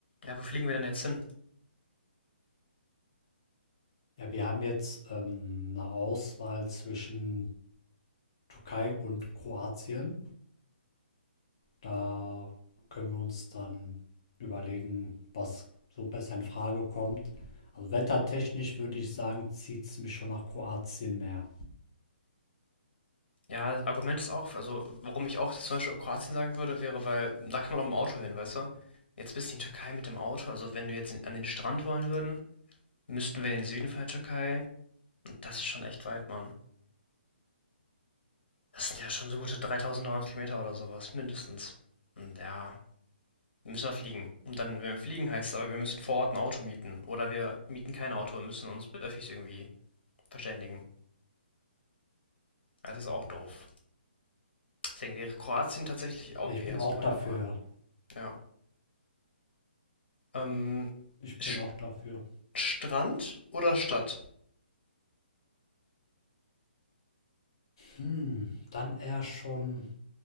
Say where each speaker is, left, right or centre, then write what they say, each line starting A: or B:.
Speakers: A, on the left; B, on the left.
A: Ja, wo fliegen wir denn jetzt hin?
B: Ja, wir haben jetzt ähm, 'ne Auswahl zwischen Türkei und Kroatien. Da können wir uns dann überlegen, was so besser in Frage kommt. Also wettertechnisch würde ich sagen, zieht's mich schon nach Kroatien mehr.
A: Ja, das Argument ist auch, also warum ich auch jetzt zum Beispiel Kroatien sagen würde, wäre, weil da kann man auch mit dem Auto hin, weißt du? Jetzt bist du in die Türkei mit dem Auto, also wenn wir jetzt in, an den Strand wollen würden, müssten wir in den Süden von der Türkei und das ist schon echt weit, Mann. Das sind ja schon so gute 3300 Kilometer oder sowas, mindestens. Und ja, müssen wir fliegen. Und dann, wenn wir fliegen, heißt es aber, wir müssen vor Ort ein Auto mieten. Oder wir mieten kein Auto und müssen uns mit Öffis irgendwie verständigen. Also ist auch doof. Deswegen wäre Kroatien tatsächlich auch
B: Ja, ich
A: eher
B: bin auch
A: so meine
B: dafür.
A: Wahl. Ja. Ähm,
B: Ich
A: St-
B: bin auch dafür.
A: Strand oder Stadt?
B: Hm, dann eher schon,